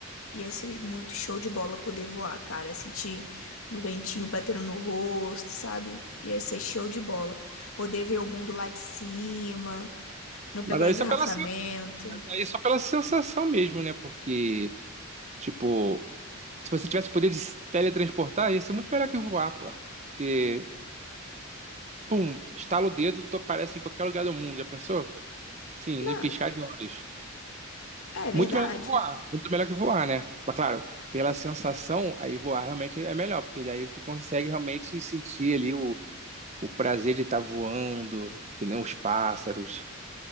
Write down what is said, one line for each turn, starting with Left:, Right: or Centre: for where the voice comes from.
Left: ia ser muito show de bola poder voar, cara. Sentir o ventinho batendo no rosto, sabe? Ia ser show de bola. Poder ver o mundo lá de cima, não pegar
Right: Mas aí
Left: engarrafamento.
Right: só pela, sen- mas aí só pela sensação mesmo, né? Porque, tipo, se você tivesse o poder de se teletransportar, ia ser muito melhor que voar, pô. Porque pum, estala o dedo, tu aparece em qualquer lugar do mundo, já pensou? Sim,
Left: Não,
Right: no piscar de olhos.
Left: é verdade.
Right: Muito melhor que voar, muito melhor que voar, né? Mas claro, pela sensação, aí voar realmente é melhor, porque daí tu consegue realmente sentir ali o, o prazer de estar voando, que nem os pássaros.